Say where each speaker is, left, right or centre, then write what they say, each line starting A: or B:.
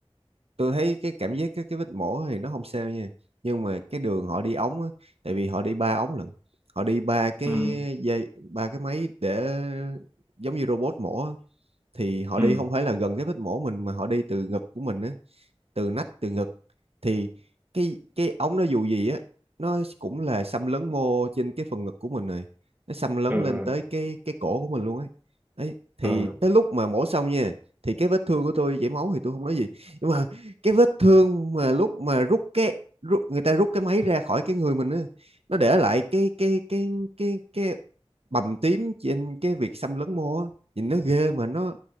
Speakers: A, on the right; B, on the right.
A: tôi thấy cái cảm giác cái cái vết mổ thì nó không sao nha nhưng mà cái đường họ đi ống á tại vì họ đi ba ống lận họ đi ba cái
B: ừ
A: dây ba cái máy để giống như robot mổ á, thì họ
B: ừ
A: đi không phải là gần cái vết mổ mình mà họ đi từ ngực của mình á từ nách từ ngực thì cái cái ống nó dù gì á nó cũng là xâm lấn mô trên cái phần ngực của mình này nó xâm lấn
B: ừ
A: lên tới cái cái cổ của mình luôn ấy ấy thì
B: ừ
A: tới lúc mà mổ xong nha thì cái vết thương của tôi chảy máu thì tôi không nói gì nhưng mà cái vết thương mà lúc mà rút cái rút, người ta rút cái máy ra khỏi cái người mình á nó để lại cái cái cái cái cái bầm tím trên cái việc xâm lấn mô á nhìn nó ghê mà nó